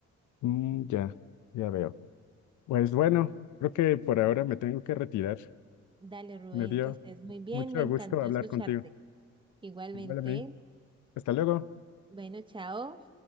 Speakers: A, on the left; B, on the right.
A: Mm, ya, ya veo. Pues bueno, creo que por ahora me tengo que retirar.
B: Dale, Rubén,
A: Me dio
B: que estés muy bien.
A: mucho
B: Me encantó
A: gusto hablar
B: escucharte.
A: contigo.
B: Igualmente.
A: Igual a mí. Hasta luego.
B: Bueno, chao.